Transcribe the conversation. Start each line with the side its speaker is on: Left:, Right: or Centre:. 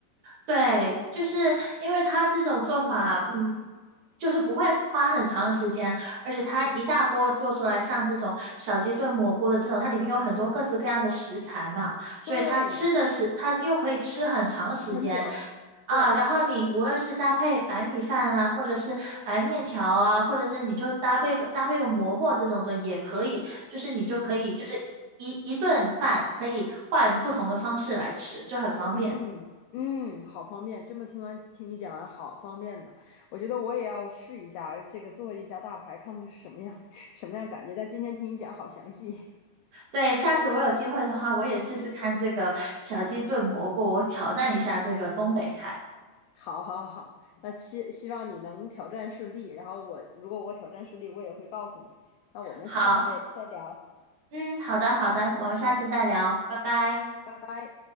Right: 对，就是因为他这种做法，
Left: 嗯，
Right: 嗯，就是不会花很长的时间，而且它一大锅做出来，像这种小鸡炖蘑菇的这种，它里面有很多各式各样的食材嘛，所以它吃的是，
Left: 对，你
Right: 它又可以吃很长时间
Left: 很久，
Right: 啊。
Left: 对，
Right: 然后你无论是搭配白米饭啊，或者是白面条啊，或者是你就搭配个搭配个馍馍这种的也可以，就是你就可以就是一一顿饭可以换不同的方式来吃，
Left: 嗯。
Right: 就很方便。
Left: 嗯嗯，好方便。这么听完听你讲完，好方便的。我觉得我也要试一下这个做一下大牌，看看是什么样 <laughs> 什么样感觉。但今天听你讲好详细，
Right: 对，下次我有机会的话，我也试试看这个小鸡炖蘑菇，我挑战一下这个东北菜。
Left: <laughs> 好好好。那希希望你能挑战顺利。然后我如果我挑战顺利，我也会告诉你。那我们下次再再聊，
Right: 好，嗯，好的，好的，我们下次再聊，拜拜。
Left: 拜拜。